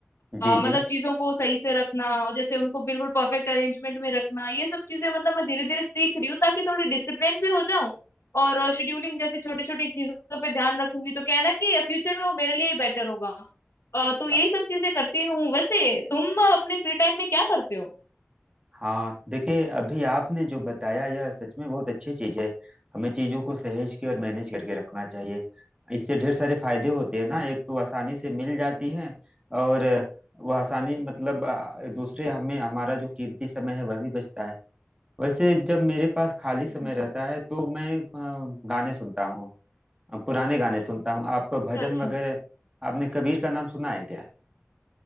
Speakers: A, on the right; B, on the left.
A: जी
B: अ, मतलब
A: जी
B: चीजों को सही से रखना और जैसे उनको बिल्कुल परफेक्ट अरेंजमेंट में रखना ये सब चीजें मतलब मैं धीरे धीरे सीख रही हूँ ताकि थोड़ी डिसिप्लिन भी हो जाऊं और शेड्यूलिंग जैसी छोटी छोटी चीजों पे ध्यान रखूंगी तो क्या है ना कि फ्यूचर में वो मेरे लिए ही बेटर होगा अ, तो
A: अ-
B: यही सब चीजें करती हूँ वैसे तुम अ, अपने फ्री टाइम में क्या करते हो
A: हाँ देखिए अभी आपने जो बताया यह सच में बहुत अच्छी चीज है हमें चीजों को सहेज के और मैनेज करके रखना चाहिए इससे ढेर सारे फायदे होते हैं ना एक तो आसानी से मिल जाती हैं और वह आसानी मतलब अ, दूसरे हमें हमारा जो कीमती समय है वह भी बचता है वैसे जब मेरे पास खाली
B: अच्छा
A: समय रहता है तो मैं अ, गाने सुनता हूँ अ, पुराने गाने सुनता हूँ आप भजन
B: अच्छा
A: वगैरह आपने कबीर का नाम सुना है क्या